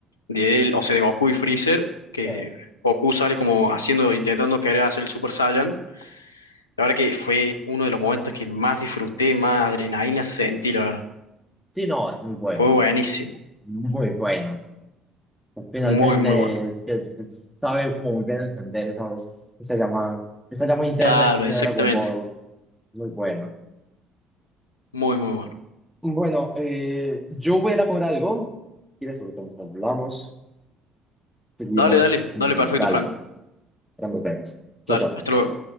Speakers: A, on the left; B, in the centre.
A: de él, o sea, de Goku y Freezer, que
B: sí.
A: Goku sale como haciendo, intentando querer hacer el Super Saiyan. La verdad que fue uno de los momentos que más disfruté, más adrenalina sentí, la verdad.
B: Sí, no, es muy bueno.
A: Fue
B: o sea,
A: buenísimo,
B: es muy bueno. pues, Finalmente,
A: muy, muy bueno.
B: es que sabe como muy bien encender esa, esa llama, esa llama interna
A: Claro,
B: que tiene
A: exactamente,
B: Dragon Ball. Muy bueno.
A: muy, muy bueno.
B: Bueno, eh, yo voy a ir a comer algo. ¿Quieres? Ahorita nos hablamos. Seguimos
A: Dale, dale,
B: conversando.
A: dale, perfecto,
B: Dale,
A: Franco.
B: ya nos vemos. Chao,
A: Dale,
B: chao.
A: hasta luego.